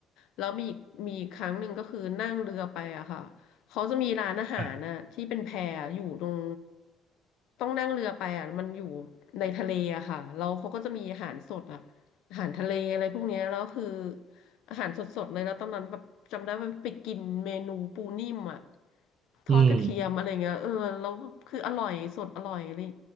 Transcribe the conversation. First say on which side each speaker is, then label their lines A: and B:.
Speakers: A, on the left (about 75°); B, on the right (about 35°).
A: แล้วมีอีกมีอีกครั้งหนึ่งก็คือนั่งเรือไปอะค่ะเขาจะมีร้านอาหารน่ะที่เป็นแพอยู่ตรง
B: ครับ
A: ต้องนั่งเรือไปอะมันอยู่ในทะเลอะค่ะแล้วเขาก็จะมีอาหารสดอะอาหารทะเลอะไรพวกเนี้ยแล้วคืออาหารสดๆเลยแล้วตอนนั้นแบบจำได้ว่าไปกินเมนูปูนิ่มอะทอดกระเทียมอะไรเงี้ยเออแล้วคืออร่อยสดอร่อยเลย
B: อืม